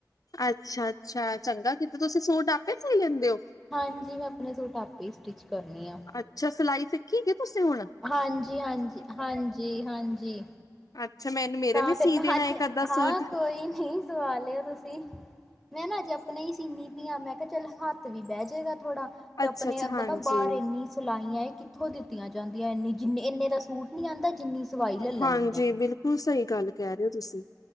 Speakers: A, on the left; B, in the centre.
A: ਅੱਛਾ-ਅੱਛਾ ਚੰਗਾ ਕੀਤਾ ਤੁਸੀਂ ਸੂਟ ਆਪੇ ਸੀਅ ਲੀਂਦੇ ਓ।
B: ਹਾਂਜੀ ਮੈਂ ਆਪਨੇ ਸੂਟ ਆਪੇ ਈ ਸਟਿਚ ਕਰਨੀ ਆਂ।
A: ਅੱਛਾ ਸਲਾਈ ਸਿੱਖੀਗੀ ਤੁਸੀਂ ਹੁਨ
B: ਹਾਂਜੀ-ਹਾਂਜੀ, ਹਾਂਜੀ-ਹਾਂਜੀ।
A: ਅੱਛਾ ਮੈਨੂੰ ਵੀ ਮੇਰੇ
B: ਤਾਂ ਫੇਰ
A: ਸੀ
B: ਮੈਂ
A: ਦੇਣਾ
B: ਅੱਜ
A: ਇੱਕ ਅੱਧਾ
B: ਹਾਂ
A: ਸੂਟ
B: ਕੋਈ ਨੀ ਸਵਾ ਲਿਓ ਤੁਸੀਂ। ਮੈਂ ਨਾ ਅਜੇ ਆਪਨੇ ਈ ਸੀਨੀ ਪਈ ਆਂ ਮੈਂ ਕਿਆ ਚੱਲ ਹੱਥ ਵੀ ਬੈ ਜੇਗਾ ਥੋੜਾ। 'ਤੇ
A: ਅੱਛਾ-ਅੱਛਾ
B: ਆਪਣੇ
A: ਹਾਂਜੀ,
B: ਪਤਾ ਬਾਹਰ ਏਨੀ ਸਲਾਈਆਂ ਇਹ ਕੀ ਕਿਥੋਂ ਦਿੱਤੀਆਂ ਜਾਂਦੀਆਂ ਇੰਨੀ ਜਿੰਨੇ ਏਨੇ ਦਾ ਸੂਟ ਨੀ ਆਂਦਾ ਜਿੰਨੀ ਸਵਾਈ ਲੈ ਲੈਂਦੀਆਂ
A: ਹਾਂਜੀ ਬਿਲਕੁੱਲ ਸਈ ਗੱਲ ਕਹਿ ਰੇ ਓ ਤੁਸੀਂ।